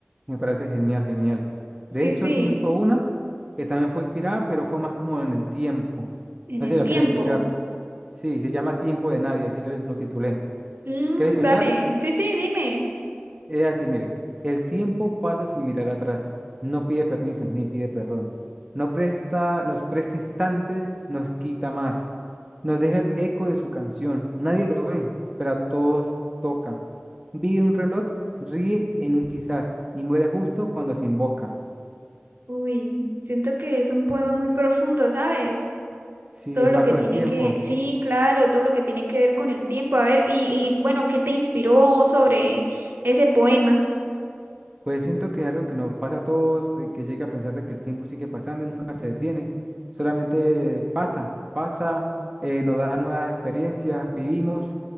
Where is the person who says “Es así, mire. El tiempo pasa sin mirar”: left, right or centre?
Right